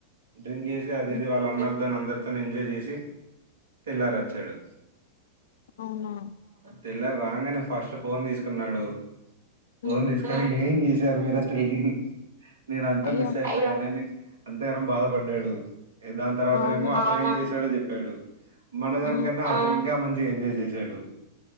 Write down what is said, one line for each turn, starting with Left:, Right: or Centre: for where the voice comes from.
Right: డ్రింక్ చేసి అది
Left: ఉమ్,
Right: వాళ్ళ అన్నల్ తను అందరితో ఎంజాయ్ చేసి తెల్లార వచ్చాడు
Left: అవునా
Right: తెిల్లరు రాంగనే ఫస్ట్ ఫోన్ తీసుకున్నాడు ఫోన్
Left: ఉమ్
Right: తీస్కొని <unintelligible> అర్ మీర్ <unintelligible> నేన్ అంతా
Left: అయ్యో
Right: మిస్ అయితే అనని అంతే గానం బాధపడ్డాడు దాని తర్వాతనేమో
Left: అవునా
Right: అతనే చేస్ చడ చెప్పాడు మనదన
Left: ఆ
Right: కన్నా ఇంకా మం ఎంజాయ్ చేశాడు